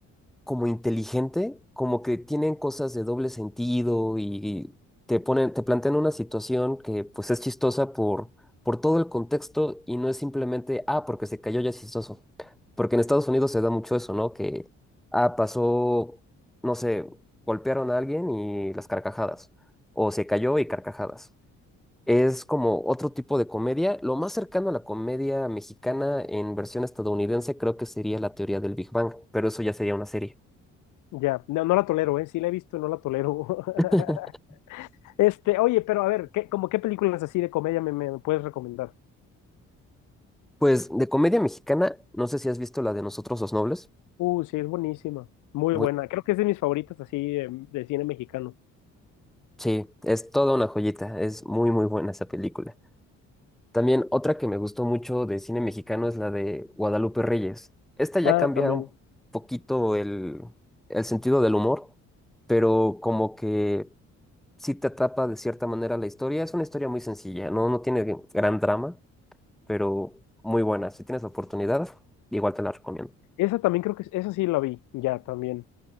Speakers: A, in the centre; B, on the left (about 80°).
A: como inteligente, como que tienen cosas de doble sentido y te ponen, te plantean una situación que pues es chistosa por, por todo el contexto y no es simplemente, ah, porque se cayó ya es chistoso. Porque en Estados Unidos se da mucho eso, ¿no? Que, ah, pasó, no sé, golpearon a alguien y las carcajadas, o se cayó y carcajadas. Es como otro tipo de comedia. Lo más cercano a la comedia mexicana en versión estadounidense creo que sería la teoría del Big Bang, pero eso ya sería una serie.
B: Ya, no, no la tolero, ¿eh? Sí la he visto y no la tolero. <laughs>
A: <laughs>
B: Este, oye, pero a ver, ¿qué, como qué películas así de comedia me, me puedes recomendar?
A: Pues de comedia mexicana, no sé si has visto la de Nosotros los Nobles.
B: Uh, sí, es buenísima. Muy
A: Bu-
B: buena. Creo que es de mis favoritas así de, de cine mexicano.
A: sí, es toda una joyita, es muy muy buena esa película. También otra que me gustó mucho de cine mexicano es la de Guadalupe Reyes. Esta ya
B: Ah,
A: cambia
B: también.
A: un poquito el, el sentido del humor, pero como que sí te atrapa de cierta manera la historia. Es una historia muy sencilla, no, no tiene gran drama, pero muy buena. Si tienes la oportunidad, igual te la recomiendo.
B: Esa también creo que, es- esa sí la vi, ya, también.